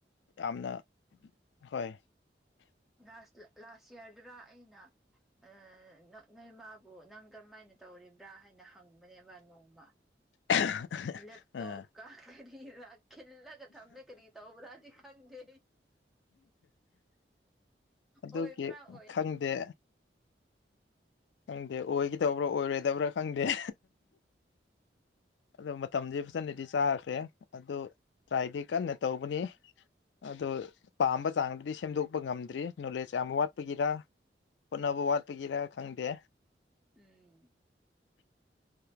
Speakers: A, on the left (about 85°); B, in the centre.
A: ꯌꯥꯝꯅ ꯍꯣꯏ
B: ꯥꯗꯁꯇ ꯂꯥꯁ ꯌꯤꯔꯗꯔꯥ ꯑꯩꯅ ꯑꯥ ꯅꯣꯏꯃꯕꯨ ꯅꯪ ꯀꯔꯝꯃꯥꯏꯅ ꯇꯧꯔꯤꯕ꯭ꯔꯥ ꯍꯥꯏꯅ ꯍꯪꯕꯅꯦꯕ ꯅꯣꯡꯃ
A: <unintelligible>
B: ꯂꯦꯞꯇꯣꯞꯀꯥ
A: ꯑꯥ
B: ꯀꯔꯤꯔ ꯈꯜꯂꯛ ꯊꯃꯦ ꯀꯔꯤ ꯇꯧꯕ꯭ꯔꯥꯗꯤ ꯈꯪꯗꯦ
A: ꯑꯗꯨꯒꯤ
B: ꯑꯣꯏꯕ꯭ꯔꯥ ꯑꯣꯏ
A: ꯈꯪꯗꯦ ꯈꯪꯗꯦ ꯑꯣꯏꯒꯗꯧꯕ꯭ꯔꯥ ꯑꯣꯏꯔꯣꯏꯗꯕ꯭ꯔꯥ ꯈꯪꯗꯦ ꯑꯗꯣ ꯃꯇꯝꯗꯤ ꯐꯖꯅꯗꯤ ꯆꯥꯈ꯭ꯔꯦ ꯑꯗꯣ ꯇ꯭ꯔꯥꯏꯗꯤ ꯀꯟꯅ ꯇꯧꯕꯅꯤ ꯑꯗꯣ ꯄꯥꯝꯕ ꯆꯥꯡꯗꯨꯗꯤ ꯁꯦꯝꯗꯣꯛꯄ ꯉꯝꯗ꯭ꯔꯤ ꯅꯣꯂꯦꯖ ꯌꯥꯝ ꯋꯥꯠꯄꯒꯤꯔ ꯍꯣꯠꯅꯕ ꯋꯥꯠꯄꯒꯤꯔ ꯈꯪꯗꯦ
B: ꯎꯝ